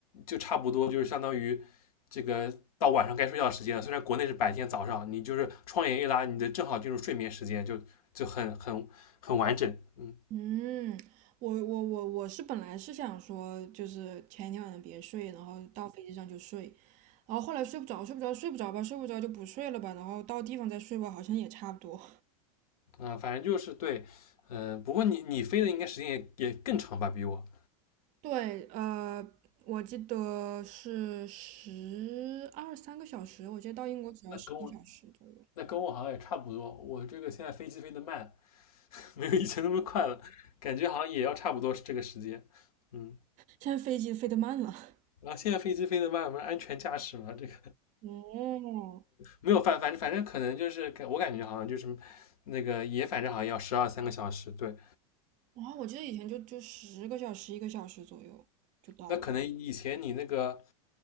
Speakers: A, on the left; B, on the right.
A: 就差不多就是相当于这个到晚上该睡觉的时间了。虽然国内是白天，早上你就是窗帘一拉，你的正好进入睡眠时间，就就很很很完整。嗯
B: 嗯，我我我我是本来是想说，就是前一天晚上别睡，然后到飞机上就睡，然后后来睡不着，睡不着，睡不着吧，睡不着就不睡了吧，然后到地方再睡吧，好像也差不多。
A: 啊、呃反正就是对，呃，不过你你飞的应该时间也也更长吧，比我。
B: 对，呃，我记得是十二三个小时，我记得到英国只要十个小时左右。
A: 那跟我那跟我好像也差不多。我这个现在飞机飞得慢，<laughs> 没有以前那么快了，感觉好像也要差不多是这个时间。嗯，
B: 现在飞机飞得慢了。
A: 然后现在飞机飞得慢，不是安全驾驶嘛？这个
B: 哦，
A: 没有反反正反正可能就是感我感觉好像就是那个也反正好像要十二三个小时。对，
B: 然后我记得以前就就十个小时、一个小时左右就到了。
A: 那可能以前你那个